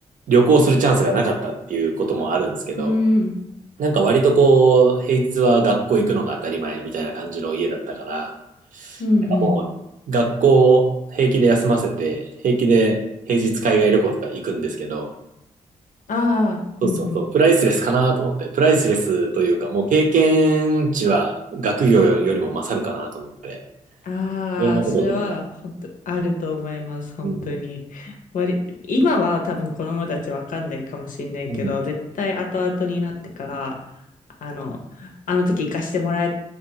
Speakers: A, on the right; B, on the left.
A: 旅行するチャンスがなかったっていうこともあるんですけど、
B: うん、うん、
A: なんか割とこう、平日は学校行くのが当たり前みたいな感じの家だったから、
B: うん。
A: なんかもう学校平気で休ませて、平気で平日海外旅行とか行くんですけど、
B: ああ、
A: そうそうそう、
B: うん、うん。
A: プライスレスかなと思って、プライスレスというか、もう経験値は学業よりも勝るかなと思って、
B: ああ、
A: いろんなところで。
B: それは本当あると思います、本当に。
A: うん
B: 割り、今は多分子供たちわかんないかもしれないけど、
A: うん。
B: 絶対後々になってから、あの、あの時生かしてもらえ